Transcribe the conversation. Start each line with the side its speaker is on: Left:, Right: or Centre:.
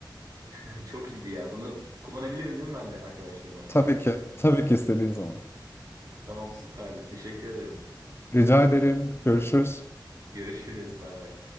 Right: <laughs> Çok iyiydi ya. Bunu kullanabilirim değil mi ben de arkadaşlarıma falan?
Left: Tabii ki. Tabii ki istediğin zaman.
Right: <laughs> Tamam süperdi. Teşekkür ederim.
Left: Rica ederim. Görüşürüz.
Right: Görüşürüz. Bay bay.